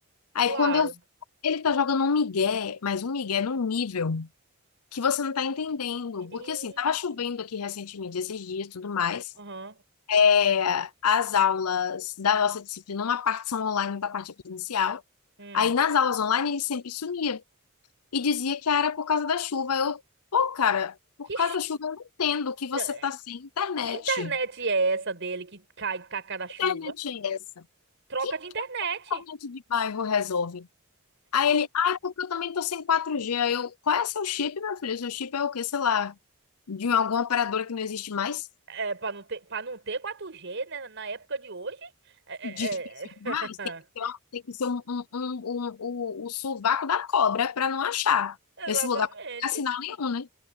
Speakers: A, on the left (about 85°); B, on the right (about 55°).
A: Aí
B: claro.
A: quando eu. Ele tá jogando um migué, mas um migué num nível que você não tá entendendo.
B: Gente.
A: Porque assim, tava chovendo aqui recentemente, esses dias e tudo mais.
B: Aham.
A: É, as aulas da nossa disciplina, uma parte são online, outra parte é presencial.
B: Hum.
A: Aí nas aulas online ele sempre sumia e dizia que era por causa da chuva. Eu, pô, cara, por
B: Que
A: causa da chuva eu não entendo que você
B: Não, é-
A: tá sem internet.
B: que internet é essa dele que cai com a cada chuva?
A: Que internet é essa?
B: Troca
A: Que
B: de internet.
A: internet de bairro resolve? Aí ele, ah, é porque eu também tô sem 4G. Aí eu, qual é seu chip, meu filho? Seu chip é o quê? Sei lá, de alguma operadora que não existe mais?
B: É, para não ter, para não ter quatro g né, na época de hoje? É,
A: Difícil
B: é,
A: demais.
B: é.
A: Tem que ter, uma- tem que ser um, um, um- um- o, o sovaco da cobra para não achar
B: <laughs> Exatamente.
A: esse lugar pra não pegar sinal nenhum, né?